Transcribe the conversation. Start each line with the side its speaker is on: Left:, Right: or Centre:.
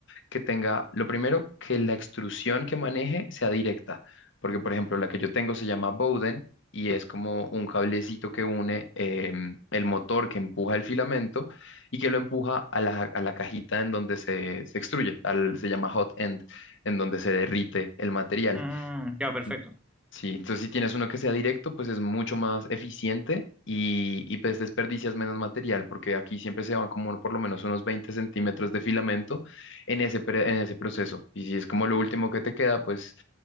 Left: que tenga, lo primero, que la extrusión que maneje sea directa, porque por ejemplo la que yo tengo se llama Bowden y es como un cablecito que une em, el motor que empuja el filamento y que lo empuja a la, a la cajita en donde se, se extruye, al, se llama hot end, en donde se derrite el material.
Centre: Mm, ya, perfecto.
Left: Mm, Sí, entonces si tienes uno que sea directo, pues es mucho más eficiente y, y pues desperdicias menos material, porque aquí siempre se van como por lo menos unos 20 centímetros de filamento en ese, pre- en ese proceso. Y si es como lo último que te queda, pues